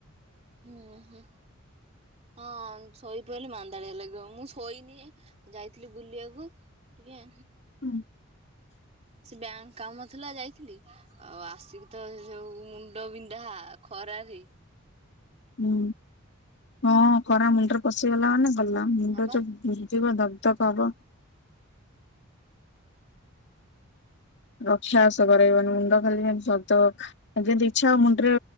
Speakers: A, on the right; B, on the left.
A: ହୁଁ ହୁଁ ହଁ। ଶୋଇ ପଇଲେ ମାନ୍ଦାଳିଆ ଲାଗିବ ମୁଁ ଶୋଇନି ଯାଇଥିଲି ବୁଲିବାକୁ ଟିକେ।
B: ହୁଁ।
A: ସେ ବ୍ୟାଙ୍କ କାମ ଥିଲା ଯାଇଥିଲି ଆଉ ଆସିକି ତ ଯେଉଁ ମୁଣ୍ଡ ବିନ୍ଧା ଖରାରେ।
B: ହୁଁ ହଁ ଖରା ମୁଣ୍ଡରେ ପଶିଗଲା ମାନେ ଗଲା ମୁଣ୍ଡ
A: ହଁ ବା
B: ଯୋଉ ବିନ୍ଦିବଦବ୍। ତ ଦବ। ରକ୍ଷାବାସ କରେଇବନି ମୁଣ୍ଡ ଖାଲି ଧବ୍ ଧବ୍। ଖାଲି ଯେମତି ଇଛା ହବ ମୁଣ୍ଡ ରେ